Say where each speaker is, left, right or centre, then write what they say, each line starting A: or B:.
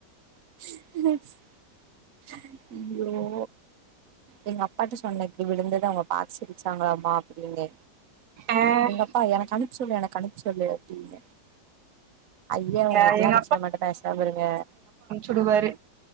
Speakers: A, on the right; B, on the right.
A: <unintelligible> ஐயோ <inaudible> எங் அப்பாட்ட சொன்னக் நீ <unintelligible> அவ்ங் சிரிச்சாங்ளாமா அப்டின்னு
B: ஆஹ்
A: எங்க அப்பா எனக்கு அனுப் சொல்லு எனக் அனுப் சொல்லு அப்டினு ஐய
B: எ
A: உங்ளுக்லா
B: எங்க
A: அனுப் சொல்ல மாட்ட பேசாமருங்க
B: உடுவாரு